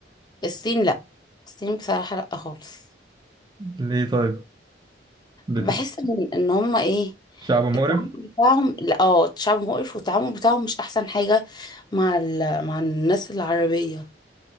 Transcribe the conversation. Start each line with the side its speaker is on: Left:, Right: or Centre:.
Left: الصين لا الصين بصراحة لا خالص
Right: ليه طيب بت...
Left: بحس ان ان هما ايه
Right: شعب مقرف
Left: التعامل بتاعهم لا اه شعب مقرف والتعامل بتاعهم مش احسن حاجة مع ال... مع الناس العربية